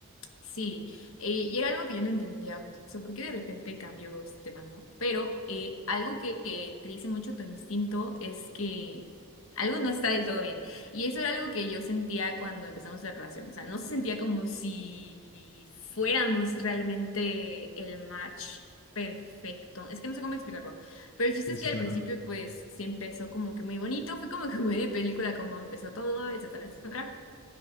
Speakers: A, on the left; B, on the left.
A: Sí, eh, y era algo que yo no entendía, o sea, ¿por qué de repente cambió este tema, no? Pero eh, algo que, que te dice mucho tu instinto es que algo no está del todo bien. Y eso era algo que yo sentía cuando empezamos la relación, o sea, no se sentía como si fuéramos realmente el match perfecto. Es que no sé cómo explicarlo, pero el chiste
B: Sí,
A: es
B: sí,
A: que al
B: claro.
A: principio pues se empezó como que muy bonito, fue como que muy de película, como empezó todo, etcétera, etcétera